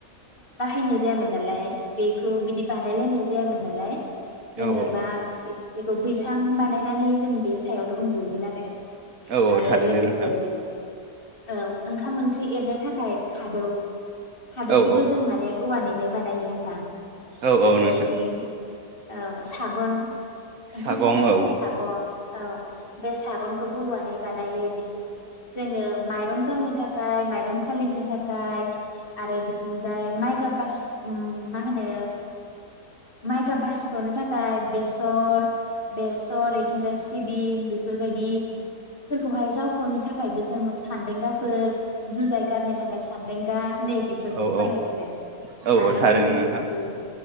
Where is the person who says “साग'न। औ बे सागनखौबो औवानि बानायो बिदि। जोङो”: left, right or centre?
Left